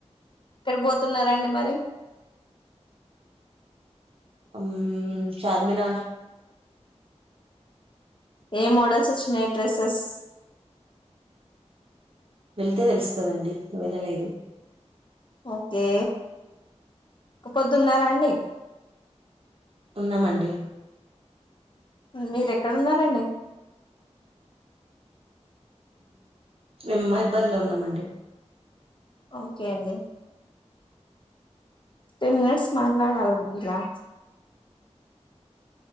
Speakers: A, on the left; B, on the right.
A: ఎక్కడ పోతున్నారండి మరి
B: అహ్మ చార్మినార్
A: ఏ మోడల్స్ వచ్చినాయి డ్రెస్సెస్,
B: వెళ్తే తెలుస్తుందండి వెళ్ళలేదు,
A: ఓకే ఒక్క పొద్దున్నారా అండి,
B: వున్నమండి,
A: మీర ఎక్కడ ఉన్నారండి,
B: మేము మహాబాద్ లో ఉన్నామండి
A: ఓకే అండి టెన్ మినిట్స్ మాట్లాడాలా అంటా ఇలా